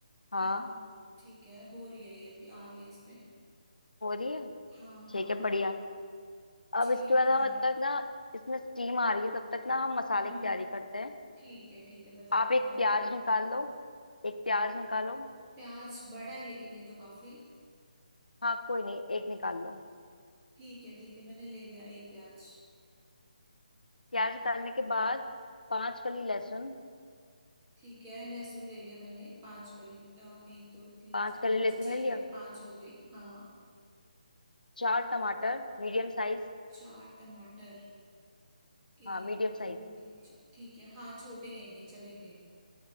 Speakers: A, on the left; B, on the right.
A: हाँ
B: हाँ ठीक है हो रही है ये अभी आ रही है इसमें
A: हो रही है
B: हाँ हाँ
A: ठीक है
B: हाँ
A: बढ़िया अब
B: ठीक
A: इसके बाद हम
B: है
A: अब तक ना इसमें स्टीम आ रही है तब तक ना हम मसाले
B: हम्म
A: की तैयारी करते हैं
B: ठीक है ठीक है बताओ
A: आप
B: क्या
A: एक
B: करना
A: प्याज
B: है
A: निकाल लो एक प्याज निकालो
B: प्याज बड़ा है लेकिन ये तो काफी
A: हाँ कोई नहीं एक निकाल लो
B: ठीक है ठीक है मैंने ले लिया एक प्याज
A: प्याज निकालने के बाद पांच कली लहसुन
B: ठीक है लहसुन ले लिया मैंने पांच कली अ, एक दो तीन
A: पांच
B: चार
A: कली
B: पांच
A: लहसुन
B: ठीक
A: ले लिया
B: है पांच हो गई हाँ
A: चार टमाटर मीडियम साइज
B: चार टमाटर एक
A: हाँ मीडियम साइज
B: दो तीन चार ठीक है हाँ छोटे ही हैं ये चलेंगे